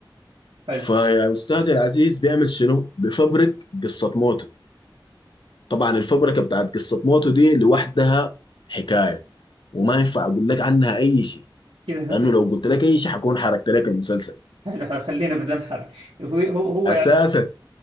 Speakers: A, on the right; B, on the left.
A: حلو
B: فيا أستاذي العزيز بيعمل شنو؟ بفبرك قصة موته طبعا الفبركة بتاعت قصة موته دي لوحدها حكاية وما ينفع أقول لك عنها أي شيء
A: كذا
B: لأنه
A: هت-
B: لو قلت لك أي شيء حكون حركت لك المسلسل
A: حلو حلو. خلينا بدون حرق هو هو هو
B: أساسا
A: يعني